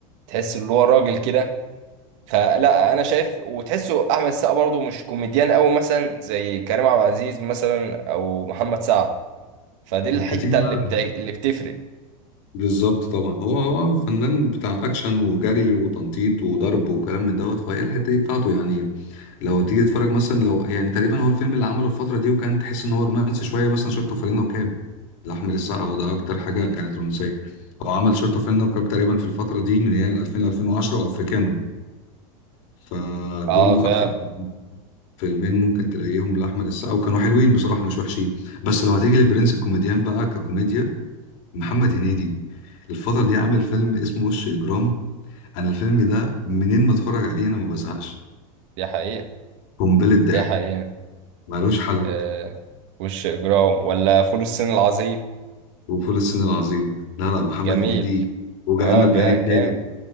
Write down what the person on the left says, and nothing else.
انت تيجي بقى
بالظبط طبعا هو هو فنان بتاع اكشن وجري وتنطيط وضرب وكلام من دوت فهي الحته دي بتاعته يعني لو تيجي تتفرج مثلا لو يعني تقريبا هو الفيلم اللي عمله الفتره دي وكان تحس ان هو رومانسي شويه مثلا شورت وفانلة وكاب لاحمد السقا وده اكتر حاجه كانت رومانسيه هو عمل شورت وفانلة وكاب تقريبا في الفتره دي من يعني 2000 ل 2010 وافريكانو فدول
اكتر فيلمين ممكن تلاقيهم لاحمد السقا وكانوا حلوين بصراحه مش وحشين بس لو هتيجي لبرنس الكوميديان بقى ككوميديا محمد هنيدي الفترة دي عامل فيلم اسمه وش إجرام انا الفيلم ده منين ما اتفرج عليه انا ما بزهقش
قنبله ضحك
ملوش حل
وفول الصين العظيم لا لا محمد
هنيدي وجعان
البيان
التالي